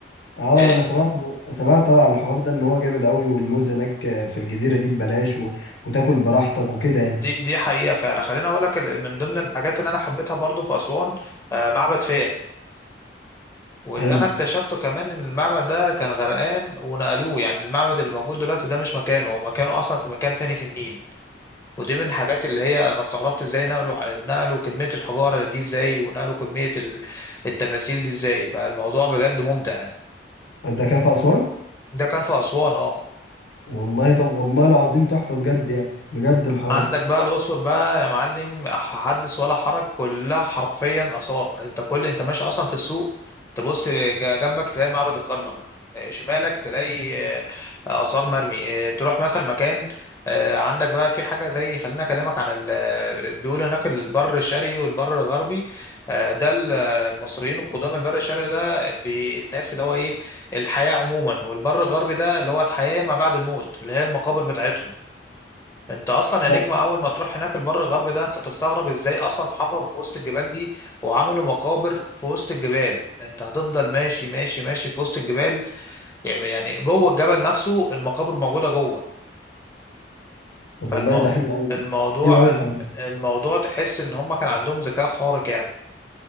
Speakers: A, on the left; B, on the left.
A: اه
B: آه،
A: انا سمعت سمعت على الحوار ده ان هو جامد قوي والموز هناك في الجزيره دي ببلاش و... وتاكل براحتك وكده يعني
B: دي دي حقيقه فعلا خليني اقول لك ال- من ضمن الحاجات اللي انا حبيتها برضو في اسوان آه، معبد فيلة واللي
A: حلو
B: انا اكتشفته كمان ان المعبد ده كان غرقان ونقلوه يعني المعبد اللي موجود دلوقتي ده مش مكانه هو مكانه اصلا في مكان تاني في النيل ودي من الحاجات اللي هي انا استغربت ازاي نقلوا نقلوا كمية الحجارة دي ازاي ونقلوا كمية ال- التماثيل دي ازاي فالموضوع بجد ممتع يعني.
A: انت كان في اسوان
B: ده كان في أسوان اه
A: والله طب والله العظيم تحفه بجد يعني بجد الحوار
B: عندك
A: ده
B: بقى الأقصر بقى يا معلم حدث ولا حرج كلها حرفيا آثار انت كل انت ماشي أصلا في السوق تبص لج- جنبك تلاقي معبد الكرنك آه، شمالك تلاقي آه، آثار مرمي آه، تروح مثلا مكان آه، عندك بقى في حاجة زي خلينا أكلمك عن ال... بيقولوا هناك البر الشرقي والبر الغربي آه، ده ال- المصريين القدامى البر الشرقي ده بي- الناس اللي هو إيه الحياة عموما والبر الغربي ده اللي هو الحياة ما بعد الموت اللي هي المقابر بتاعتهم انت اصلا يا
A: ف...
B: نجم اول ما تروح هناك البر الغربي ده انت تستغرب ازاي اصلا حفروا في وسط الجبال دي وعملوا مقابر في وسط الجبال انت هتفضل ماشي ماشي ماشي في وسط الجبال يعني يعني جوه الجبل نفسه المقابر موجودة جوه
A: طب
B: فالمو...
A: والله ده حلو قوي
B: الموضوع
A: حلو قوي الحوار ده
B: الموضوع تحس ان هم كان عندهم ذكاء خارق يعني